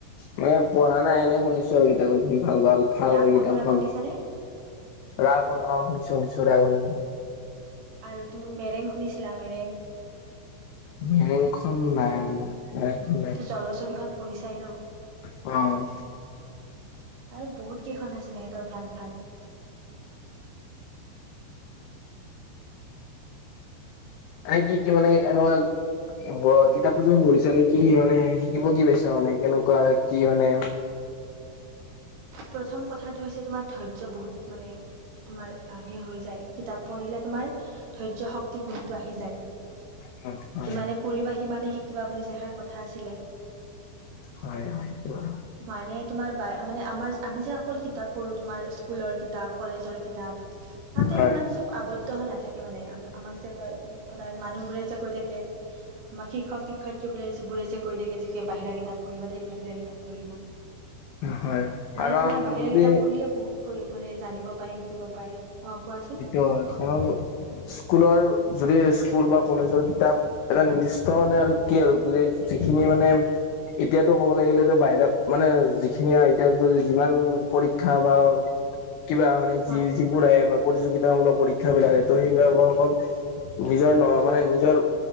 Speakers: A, on the left (about 85°); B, on the right (about 75°).
A: মানে পঢ়া নাই এনে শুনিছো আৰু কিতাপখন ভাল, ভাল। ভাল
B: ৰাগ
A: হয় কিতাপখন।
B: অনুৰাগ শুনিছানে
A: ৰাগন অ' শুনিছো, শুনিছো ৰাগন।
B: আৰু তুমি মেৰেং শুনিছিলা, মেৰেং?
A: মেৰেংখন নাই মনত নাই, মেৰেংখন নাই।
B: জলছবিখন পঢ়িছাই ন'?
A: অ'।
B: আৰু বহুত কেইখন আছে তেখেতৰ ভাল ভাল। <inaudible>
A: তাই কি কি মানে এনেৱাত কি ব' কিতাপটো তুমি পঢ়িছা নে কি মানে, শিকিব কি পাইছা মানে, কেনেকুৱা কি মানে?
B: প্ৰথম কথাটো হৈছে তোমাৰ ধৈৰ্য বহুত মানে তোমাৰ আ সেই হৈ যায়। কিতাপ পঢ়িলে তোমাৰ ধৈৰ্য্য শক্তি গুণটো আহি যায়।
A: হয়
B: যিমানে পঢ়িবা সিমানে শিকিবা বুলি যে এষাৰ কথা আছিলে।
A: হয়, হয়। কোৱা।
B: মানে তোমাৰ বাই মানে আমাৰ আমি যে অকল কিতাপ পঢ়ো। তোমাৰ স্কুলৰ কিতাপ, কলেজৰ কিতাপ, তাতে
A: হয়
B: ইমান চব আৱদ্ধ হৈ নাথাকে মানে। আমা, আমাক যে কয় সদায় মানুহবোৰে যে কৈ থাকে বা শিক্ষক- শিক্ষয়িত্ৰীবোৰে বোৰে যে কৈ থাকে, যে বাহিৰা কিতাপ পঢ়িবা দেই, বাহিৰা কিতাপ পঢ়িবা।
A: হয়। কাৰণ
B: মানে তোমাৰ বাহিৰা
A: যদি
B: কিতাপ পঢ়িলে বহুত পঢ়ি মানে জানিব পাৰি, শিকিব পাৰি অ' কোৱাছোন?
A: অ' কাৰণ স্কুলৰ যদি স্কুল বা কলেজৰ কিতাপ এটা নিৰ্দিষ্ট মানে আৰু কি আৰু যদি যিখিনি মানে এতিয়াতো ক'ব লাগিলেতো বাহিৰা, মানে যিখিনি আৰু এতিয়াতো যিমান পৰীক্ষা বা কিবা মানে
B: হয়
A: যি যিবোৰ আহে বা প্ৰতিযোগিতা মূলক পৰীক্ষা বিলাকে তোৰ সেইবিলাকৰ অকল নিজৰ ন মানে নিজৰ